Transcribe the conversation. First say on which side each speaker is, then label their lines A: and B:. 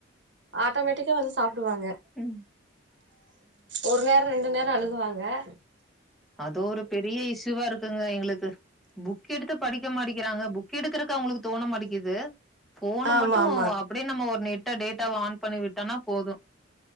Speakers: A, on the right; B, in the centre.
A: ஆட்டோமேட்டிக்கா வந்து சாப்பிடுவாங்க
B: ம்
A: ஒரு நேரம் ரெண்டு நேரம் அழுகுவாங்க ஆஹ <unintelligible>
B: அதோ ஒரு பெரிய இஷூுவா இருக்குங்க எங்களுக்கு புக் எடுத்து படிக்க மாட்டிகிறாங்க புக் எடு எடுக்கறக்கு அவங்களுக்கு தோணமாட்டிங்குது போனு
A: ஆமா
B: மட்டும்
A: ஆமா
B: அப்படியே நம்ம ஒரு நெட்ட டேட்டாவ ஆன் பண்ணி விட்டோனா போதும்